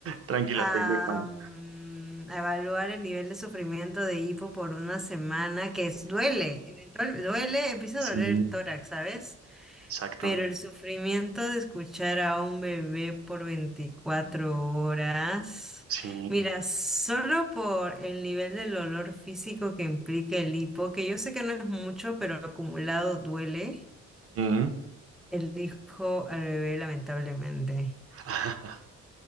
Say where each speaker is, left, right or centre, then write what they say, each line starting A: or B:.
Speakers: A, on the right (about 50°); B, in the centre.
A: Tranquila,
B: a,
A: take your time.
B: mm, a evaluar el nivel de sufrimiento de hipo por una semana, que es, duele, eventual- duele, empieza
A: Sí,
B: a doler el tórax, ¿sabes?
A: exacto.
B: Pero el sufrimiento de escuchar a un bebé por 24 horas,
A: Sí.
B: mira, solo por el nivel del dolor físico que implica el hipo, que yo sé que no es mucho, pero acumulado duele,
A: Mm.
B: el hijo al bebé lamentablemente.
A: <laughs>